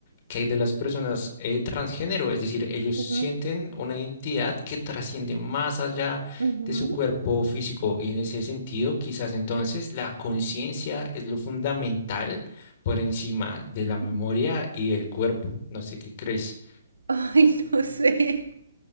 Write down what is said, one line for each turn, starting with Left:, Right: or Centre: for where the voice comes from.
Left: que hay de las personas eh, transgénero? Es decir, ellos
Right: ujú,
Left: sienten una identidad que trasciende más allá
Right: ujú,
Left: de su cuerpo físico. Y en ese sentido, quizás entonces la conciencia es lo fundamental por encima de la memoria
Right: ujú.
Left: y el cuerpo. No sé qué crees.
Right: Ay, <laughs> no sé,